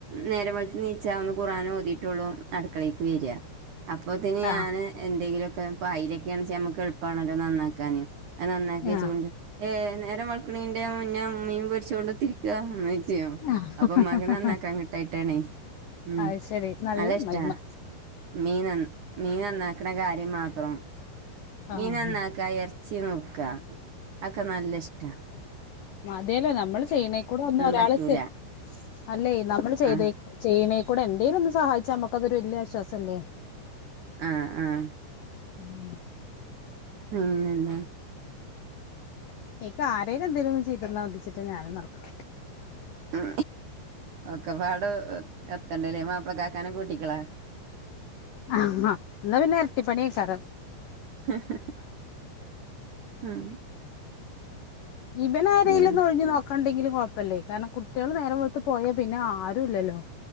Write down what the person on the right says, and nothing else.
നേരം വെളുത്ത് നീച്ച ഒന്ന് ഖുർആനോതീട്ടുള്ളൂ അടുക്കളേക്ക് വര അപ്പൊതിന് ഞാൻ
എന്തെങ്കിലൊക്കെ പായിലൊക്കാണ്ച്ചാ നമ്മുക്ക് എളുപ്പാണല്ലോ നന്നാക്കാന് അത് നന്നാക്കിയച്ചോണ്ട്
ഏ നേരം വളക്കണിന്റെ മുന്നെ മീൻ പൊരിച്ചൊണ്ട് നന്നായി ചെയ്യൂ
അപ്പൊ ഉമ്മാക്ക് നന്നാക്കാൻ കിട്ടായിട്ടാണേ ഉം
നല്ലഷ്ടാ
മീനൻ നന്ന മീൻ നന്നാക്കണ കാര്യം മാത്രം മീൻ
നന്നാക്ക ഇറച്ചി നുറുക്ക അതൊക്കെ നല്ലിഷ്ടാ
പറ്റൂല
ആഹ്
ആഹ് ആഹ്
ഉം
ഉ ഒക്കെപാട് എത്തണ്ടല്ലേ മാപ്പിളക്കാക്കാനെ കൂട്ടിക്കളാ
<unintelligible> ഉം
ഉം